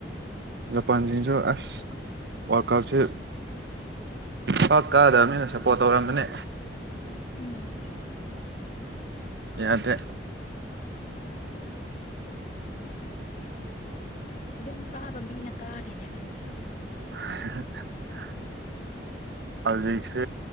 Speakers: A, on the right; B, on the left.
A: ꯖꯄꯥꯟꯁꯤꯡꯁꯨ ꯑꯁ ꯋꯥꯥꯜꯀꯞꯁꯦ ꯄꯥꯛ ꯀꯥꯗꯕꯅꯤꯅ ꯁꯞꯄꯣꯔꯠ ꯇꯧꯔꯝꯕꯅꯦ
B: ꯎꯝ
A: ꯌꯥꯗꯦ
B: ꯑꯗꯨꯝ ꯀꯥꯕ ꯃꯤꯅ ꯀꯥꯒꯤꯅꯦ ꯈꯪꯗꯦ
A: <inaudible> ꯍꯧꯖꯤꯛꯁꯦ